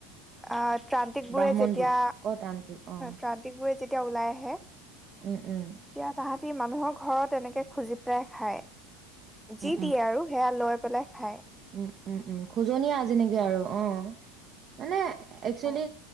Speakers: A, in the centre; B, on the right.
A: আহ ত্ৰান্তিক
B: ব্ৰাহ্মণ
A: বোৰে যেতিয়া
B: বোৰ অ তান্ত্ৰিক অ
A: ত্ৰান্তিক বোৰে যেতিয়া এতিয়া ওলাই আহে
B: উম উম
A: তেতিয়া তাহাঁতি মানুহৰ ঘৰত এনেকে খুজি পেলাই খায়
B: উম
A: যি দিয়ে আৰু সেয়া লৈ পেলাই খায়
B: উ উম উম খোজনীয়া যেনেকৈ আৰু অ মানে একচলি
A: অ